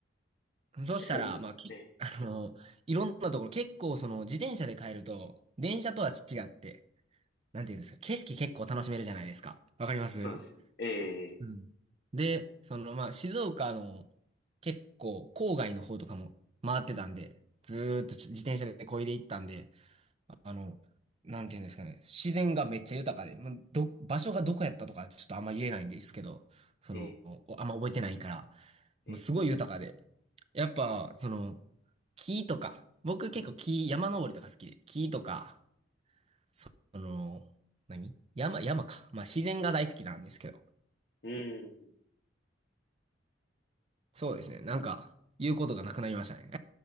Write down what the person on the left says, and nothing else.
え、え、それええ、
そうですね。ええ、
ええ、
ええ、
うん。うん